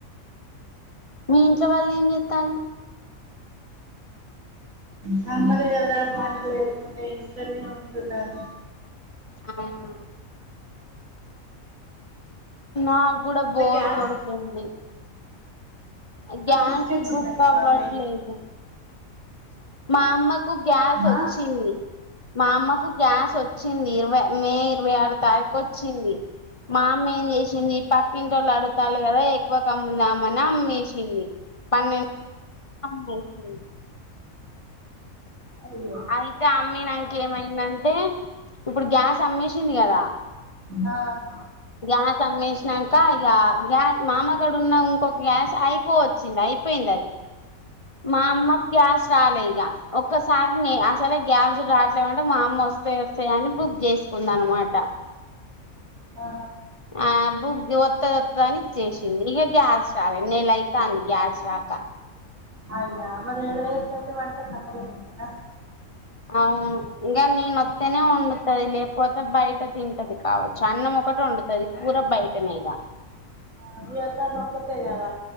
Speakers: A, on the left (about 25°); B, on the right (about 80°).
A: మీ ఇంట్లో వాళ్ళు ఏం జేత్తాలు
B: సమ్మర్ కదర పండగలు ఏమున్నయ్ ఇంట్లోనే ఉంటున్నారు
A: అవునా నాకు కూడా బోరు
B: గ్యాస్
A: గొడుతుంది గ్యాస్
B: తీసుకొచ్చిందా
A: బుక్
B: మీ
A: అవ్వట్లేదు
B: మమ్మీ
A: మా అమ్మకు గ్యాస్ వచ్చింది
B: ఆ
A: మా అమ్మకు గ్యాస్ వచ్చింది ఇరవై మే ఇరవై ఆరు తారీఖు వచ్చిది మా అమ్మ చేసింది పక్కింట్లోళ్ళు అడులుతాళ్ళు కదా ఎక్కువకి అమ్ముదామని అమ్మేసింది పన్నె అమ్మేసింది.
B: అయ్యో
A: అయితే అమ్మినంక ఏమైదంటే ఇప్పుడు గ్యాస్ అమ్మేసింది కదా
B: ఆ
A: గ్యాస్ అమ్మేసినంక ఇగ గ్యా మామగాడ ఉంకో గ్యాస్ అయిపో చింది అయిపోయిందది మా అమ్మకి గ్యాస్ రాలే ఇగ ఒక్కసారిన్నే అసలే గ్యాస్ రాట్లేమంటే మా అమ్మ వస్తయ్ వస్తయ్ అని బుగ్ జేసుకుందనమాట
B: ఆ
A: ఆ బుగ్ జెవద్ త్తద వత్తదని ఇచ్చేసింది ఇగ గ్యాస్ రాలే నెలై తాంది గ్యాస్ రాక
B: అయ్యే మరి ఏడ చెత్తది వంట కట్టల మీదనేన
A: అవును ఇంగే నేనొత్తేనే వండుతది లేపోతే బయట తింటది కావచ్చు అన్నం ఒకటి వండుతది కూర బయ టేనేగా
B: ఆ ఇగ తన ఒక్కత్తే గద